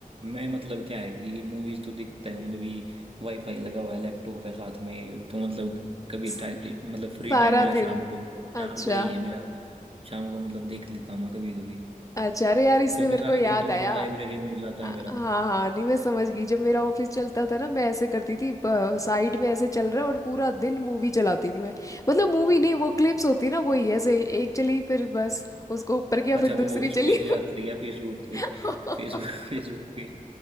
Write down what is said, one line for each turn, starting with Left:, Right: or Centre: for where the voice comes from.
Right: मैं मतलब क्या है कि मूवीज तो देखता हूँ कभी वाईफाई लगा हुआ है लैपटॉप है साथ में तो मतलब कभी
Left: स-
Right: टाइम मतलब फ्री
Left: सारा
Right: टाइम मिला
Left: दिन
Right: शाम को शाम
Left: अच्छा
Right: को यही है मेरा शाम को मतलब देख लेता हूँ मैं कभी कभी
Left: अच्छा अरे यार इससे
Right: क्योंकि
Left: मेरे
Right: सारा
Left: को याद
Right: दिन तो मतलब
Left: आया
Right: लाइब्रेरी में जाता है
Left: आ-
Right: मेरा
Left: हाँ हाँ नहीं मैं समझ गई जब मेरा ऑफिस चलता था ना मैं ऐसे करती थी साइड में ऐसे चल रहा है और पूरा दिन मूवी चलाती थी मैं मतलब मूवी नहीं वो क्लिप्स होती है ना वही ऐसे एक चली फिर बस उसको ऊपर किया
Right: अच्छा
Left: फिर
Right: वो
Left: दूसरी
Right: उस
Left: चली
Right: पे चलाते रह गया फेसबुक पे
Left: <laughs>
Right: फेसबुक <laughs> फेसबुक पे